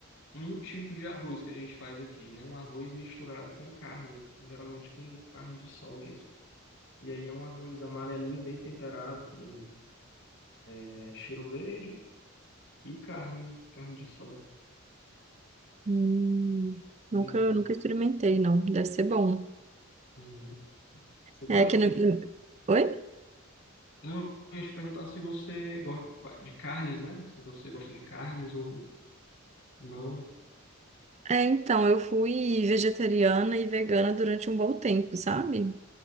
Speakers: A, on the left; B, on the right.
A: um tipo de arroz que a gente faz aqui, né? Um arroz misturado com carne, geralmente com carne de sol mesmo. E aí é um arroz amarelinho, bem temperado, com É cheiro verde e carne, carne de sol.
B: Hum,
A: Pois
B: Nunca,
A: é.
B: nunca experimentei, não. Deve ser bom.
A: Uhum. Você gosta?
B: É que na...
A: Você...
B: Oi?
A: Não, eu ia te perguntar se você gosta de carnes, né? Se você gosta de carnes ou não.
B: É, então, eu fui vegetariana e vegana durante um bom tempo, sabe?